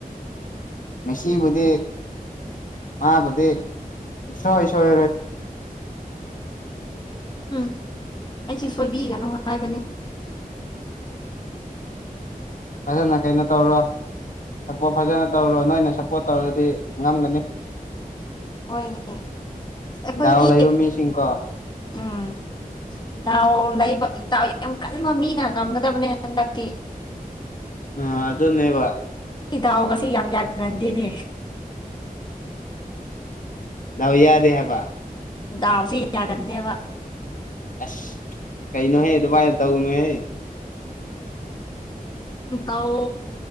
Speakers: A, on the left (about 60°); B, on the left (about 30°).
A: ꯃꯁꯤꯕꯨꯗꯤ ꯃꯥꯕꯨꯗꯤ ꯁꯨꯞ ꯁꯣꯏꯔꯔꯣꯏ
B: ꯎꯝ ꯑꯩꯁꯦ ꯁꯣꯏꯕꯤꯒꯅꯨ ꯍꯥꯏꯕꯅꯤ
A: ꯐꯖꯅ ꯀꯩꯅꯣ ꯇꯧꯔꯣ ꯁꯞꯄꯣꯔꯠ ꯐꯖꯅ ꯇꯧꯔꯣ ꯅꯣꯏꯅ ꯁꯞꯄꯣꯔꯠ ꯇꯧꯔꯗꯤ ꯉꯝꯒꯅꯤ
B: ꯍꯣꯏꯅꯦ ꯑꯁ ꯑꯩꯈꯣꯏꯗꯤ
A: ꯗꯥꯎ ꯂꯩꯕ ꯃꯤꯁꯤꯡꯀꯣ
B: ꯎꯝ ꯇꯥꯎ ꯂꯩꯕ ꯌꯥꯝ ꯀꯟꯕ ꯃꯤꯅ ꯉꯝꯒꯗꯕꯅꯦ ꯍꯟꯗꯛꯇꯤ
A: ꯎ ꯑꯗꯨ ꯅꯦꯕ
B: ꯗꯥꯎ ꯒꯁꯤ ꯌꯥꯝ ꯌꯥꯒꯟꯗꯦꯅꯦ
A: ꯅꯎ ꯌꯥꯗꯦ ꯍꯥꯏꯕ
B: ꯗꯥꯎꯁꯤ ꯌꯥꯒꯟꯗꯦꯕ
A: ꯑꯁ ꯀꯩꯩꯅꯣꯍꯦ ꯑꯗꯨꯃꯥꯏꯅ ꯇꯧꯅꯨꯍꯦ
B: ꯇꯥꯎ